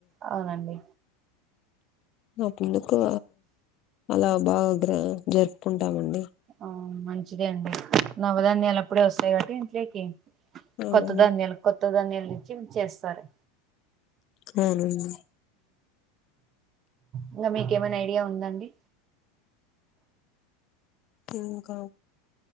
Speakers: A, on the right; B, on the left.
A: అవునండి
B: ఆ పండుగా అలా బాగా గ్రా జరుపుకుంటామండి.
A: ఆ మంచిదే అండి నవధాన్యాలప్పుడే వస్తాయి కాబట్టి ఇంట్లేకి
B: అవునండి
A: కొత్త ధాన్యాలు కొత్త ధాన్యాలు నుంచి చేస్తారు.
B: అవునండి
A: ఇంగ మీకేమైనా ఐడియా ఉందా అండి?
B: ఇంకా